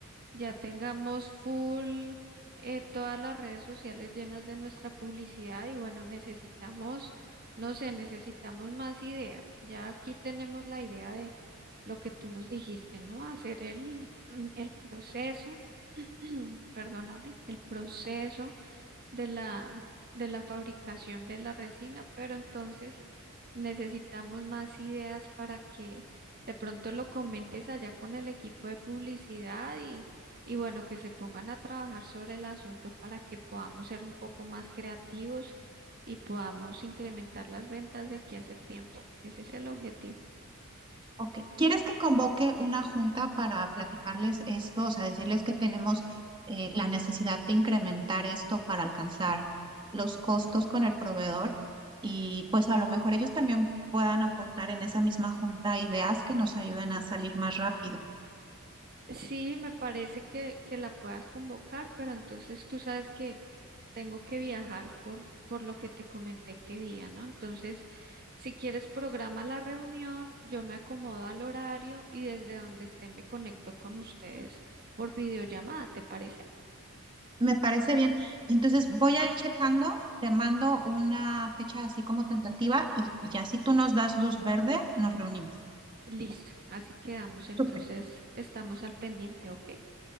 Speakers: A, on the right (about 45°); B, on the right (about 20°).
A: ya tengamos full eh, todas las redes sociales llenas de nuestra publicidad y bueno, necesitamos, no sé, necesitamos más ideas. Ya aquí tenemos la idea de lo que tú nos dijiste, ¿no? Hacer el, <clears throat> el proceso, <clears throat> perdóname, el proceso de la, de la fabricación de la resina, pero entonces necesitamos más ideas para que de pronto lo comentes allá con el equipo de publicidad y, y bueno, que se pongan a trabajar sobre el asunto para que podamos ser un poco más creativos y podamos incrementar las ventas de aquí a septiembre. Ese es el objetivo.
B: Ok, ¿Quieres que convoque una junta para platicarles esto? O sea, decirles que tenemos eh, la necesidad de incrementar esto para alcanzar los costos con el proveedor y pues a lo mejor ellos también puedan aportar en esa misma junta ideas que nos ayuden a salir más rápido.
A: Sí, me parece que, que la puedas convocar, pero entonces tú sabes que tengo que viajar por, por lo que te comenté que día, ¿no? Entonces, si quieres, programa la reunión, yo me acomodo al horario y desde donde esté me conecto con ustedes por videollamada, ¿te parece?
B: Me parece bien. Entonces voy a ir checando, te mando una fecha así como tentativa y y ya si tú nos das luz verde, nos reunimos.
A: Listo, así quedamos, entonces
B: Súper.
A: estamos al pendiente, ¿ok?